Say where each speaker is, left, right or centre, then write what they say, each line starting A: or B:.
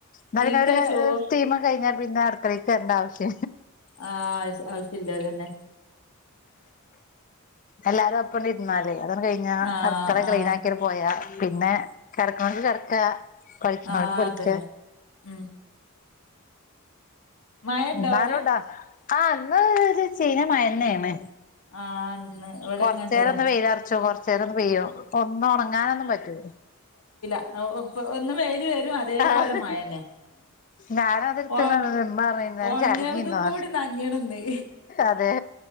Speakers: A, on the left; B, on the left.
A: ന്ന പിന്നൊരു
B: ഇൻക്കാ ചോ
A: തീമം കഴിഞ്ഞാ പിന്നെ അടക്കളീക്ക് വര്ണ്ടാവശ്യ
B: ആഹ് ഔഷല്ല് അതന്നെ
A: എല്ലാരപ്പണിരുന്നാല് അതണ് കഴിഞ്ഞ
B: ആഹ്
A: അർക്കള
B: ആഹ്
A: ക്ലീനാക്കിയട് പോയാ പിന്നെ കെട്ക്കണോൽക്ക് കെട്ക്ക, കൾച്ണോൽ
B: ആഹ്
A: പടിച്ച
B: അതന്നെ ഉം മഴണ്ടോ
A: ടാരുടാ
B: അവിടെ
A: ആ ന്ന് ഒരു ചീഞ്ഞ മയന്നേണ്.
B: ആഹ് ഇന്ന് ഇവിടെ
A: കൊറച്ച
B: അങ്ങനെ
A: നേരം
B: തന്നെ
A: ഒന്ന് വെയില അറച്ചു കൊറച്ച് രൊന്ന് പെയ്യു ഒന്ന് ഒണങ്ങാനൊന്നും പറ്റൂ
B: അ ഒ ഒപ് ഒന്നു വെയില് വരും അതേപോലെ
A: ആഹ്
B: മഴന്നെ.
A: ഞാനതെടുത്തിട്ടുണ്ട്
B: ഉ അ്
A: ഉമ്മ പറയുന്നേ
B: ഉണങ്ങതും
A: ചരഞ്ഞിന്നോ
B: കൂടി നഞ്ഞണംന്ന്ീ
A: അതെ